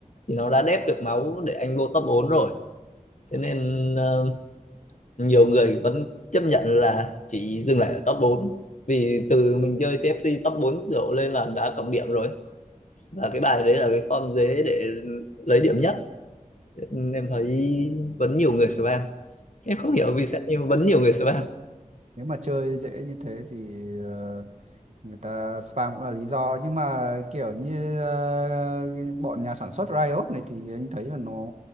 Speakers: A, on the left (about 60°); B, on the right (about 55°).
A: thì nó đã đép được máu để anh vô top 4 rồi thế nên ờ, nhiều người vẫn chấp nhận là chỉ dừng lại ở top bốn vì từ mình chơi TFT top 4 đổ lên là đã cộng điểm rồi và cái bài đấy là cái form dế để lấy điểm nhất nên em thấy vẫn nhiều người spam em không hiểu vì sao nhưng vẫn nhiều người spam
B: nếu mà chơi dễ như thế thì ờ, người ta spam cũng là lý do nhưng mà kiểu như ờ, bọn nhà sản xuất Riot này thì anh thấy là nó